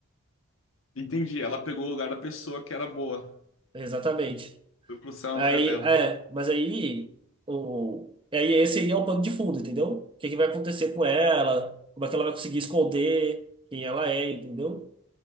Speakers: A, on the left; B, on the right.
A: Entendi. Ela pegou o lugar da pessoa que era boa.
B: Exatamente.
A: Foi pro céu
B: Aí,
A: no lugar dela.
B: é, mas aí, o, aí esse seria o pano de fundo, entendeu? O que que vai acontecer com ela, como é que ela vai conseguir esconder quem ela é, entendeu?